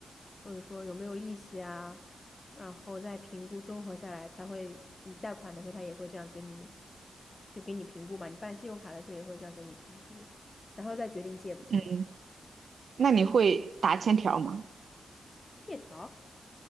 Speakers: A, on the left; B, on the right.
A: 或者说有没有利息啊，然后再评估综合下来，他会你贷款的时候他也会这样给你，就给你评估嘛，你办信用卡的时候也会这样给你评估，然后再决定借不借。
B: 嗯，那你会打欠条吗？
A: 借条，